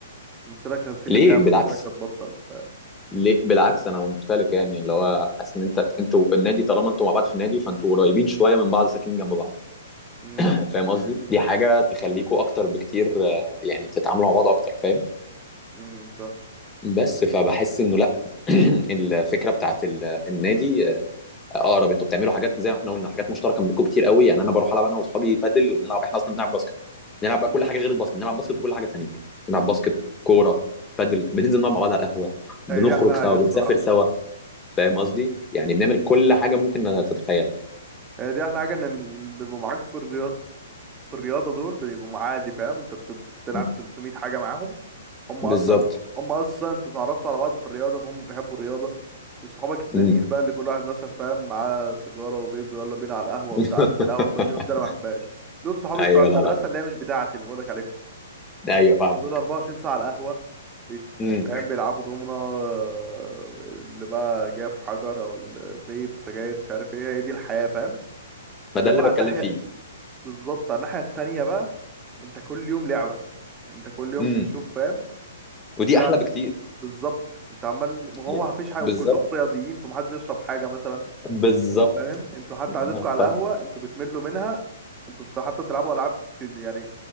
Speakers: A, on the right; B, on the left.
A: مصيرك هتسيب
B: ليه
A: اللعبة
B: بالعكس
A: مصيرك هتبطل فاهم
B: ليه بالعكس انا مختلف يعني اللي هو حاسس ان انت انتوا النادي طالما انتوا مع بعض في النادي فانتوا قريبين شويه من بعض ساكنين جنب بعض
A: امم
B: <clears throat> فاهم قصدي دي حاجه تخليكوا اكتر بكتير آه، يعني تتعاملوا مع بعض اكتر فاهم
A: امم فاهم
B: بس فبحس انه لا <clears throat> الفكره بتاعت ال- النادي آه، اقرب انتوا بتعملوا حاجات زي ما احنا قلنا حاجات مشتركه ما بينكم كتير قوي يعني انا بروح العب انا واصحابي بادل وبنلعب احنا اصلا بنلعب باسكت بنلعب بقى كل
A: مم.
B: حاجه غير الباسكت بنلعب باسكت وكل حاجه تانيه بنلعب باسكت كوره بادل بننزل نقعد مع بعض على القهوه بنخرج
A: هي دي احلى حاجة
B: سوا
A: الصراحة
B: بنسافر سوا فاهم قصدي يعني بنعمل كل حاجه ممكن تتخيلها
A: هي دي احلى حاجة ان اللي بيبقوا معاك في الرياضة في الرياضة دول بيبقوا معادي فاهم انت بت- بتلعب
B: م-
A: 300 حاجة معاهم هم
B: بالظبط
A: اصلا ب... هم اصلا انت اتعرفت على بعض في الرياضه فهم بيحبوا الرياضه مش صحابك التانيين
B: امم
A: بقى اللي كل واحد مثلا فاهم معاه سيجاره وفيب يلا بينا على القهوه
B: <laughs>
A: بتاع قعده القهوه كل يوم ده انا ما بحبهاش دول صحابي
B: ايوه
A: بتوع المدرسه
B: لا لا
A: اللي هي مش بتاعتي اللي بقولك عليهم
B: ايوه فاهمه
A: دول 24 ساعه على القهوه بيت-
B: امم
A: فاهم بيلعبوا دومنا آه، اللي بقى جاب حجر او ال- فيب سجاير مش عارف ايه هي دي الحياه فاهم
B: ما
A: انما
B: ده اللي
A: على
B: بتكلم
A: الناحيه
B: فيه
A: بالظبط على الناحيه التانيه بقى انت كل يوم لعبه انت كل يوم
B: امم
A: تشوف فاهم
B: ودي
A: انت
B: احلى بكتير
A: بالظبط انت عمال وهو
B: يعني
A: ما فيش حاجه
B: بالظبط
A: وكلهم رياضيين فمحدش بيشرب حاجه مثلا
B: بالظبط
A: فاهم انتوا حتى قعدتكم
B: اه
A: على
B: فاهم
A: القهوه انتوا بتملوا منها انتوا بت- حتى بتلعبوا العاب سن- يعني